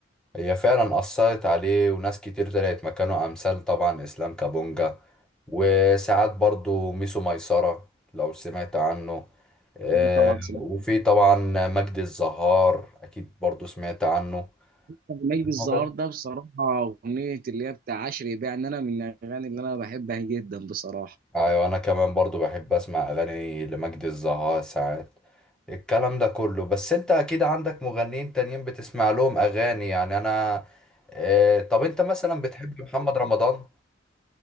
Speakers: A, in the centre; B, on the right.
A: هي فعلا أثرت عليه وناس كتير طلعت مكانه أمثال طبعا إسلام كابونجا وساعات برضو ميسو ميسرة لو سمعت عنه آه،
B: أنا طبعا سمعت
A: وفي طبعا مجدي الزهار أكيد برضو سمعت عنه
B: مجدي
A: المغني
B: الزهار ده بصراحه اغنيه اللي هي بتاع عشري بيع ان انا من الاغاني اللي انا بحبها جدا بصراحه
A: أيوة أنا كمان برضو بحب أسمع أغاني لمجدي الزهار ساعات الكلام ده كله بس أنت أكيد عندك مغنيين تانيين بتسمع لهم أغاني يعني أنا آه، طب أنت مثلا بتحب محمد رمضان؟